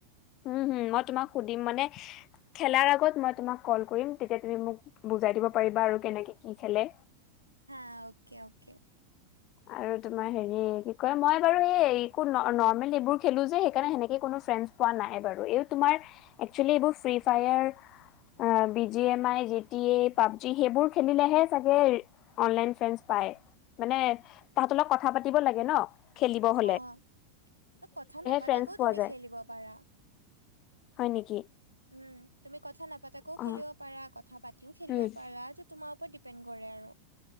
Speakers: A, on the left; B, on the right.
A: উম হম মই তোমাক সুধিম মানে খেলাৰ আগত মই তোমাক কল কৰিম তেতিয়া তুমি মোক বুজাই দিব পাৰিবা আৰু কেনেকে কি খেলে
B: হা অকে অকে
A: আৰু তোমাৰ হেৰি কি কয় মই বাৰু এইো নৰ্মেল এইবোৰ খেলো যে সেইকাৰণে সেনেকে কোনো কোৱা নাই বাৰো, তোমাৰ এক্সচোয়েলি ফ্ৰী। ফেইৰত আহ B G M I G T A PUBG সেইবোৰ খেলিলেহে চাগে অনলাইন ফে পায় মানে তহতৰ লগ কথা পাতিব লাগে ন সেই তেতিয়াহে
B: অ', কথা নাপাতাকৈও
A: ফ্ৰ পোৱা
B: তুমি
A: যায়
B: খেলিব পাৰা।
A: হয় নেকি
B: উম তুমি কথা নাপাতাকেও
A: অ
B: খেলিব পাৰা কথা পাতিও খেলিব
A: উম
B: পাৰা ত তোমাৰ ৰত ডিপেণ্ড কৰে আৰু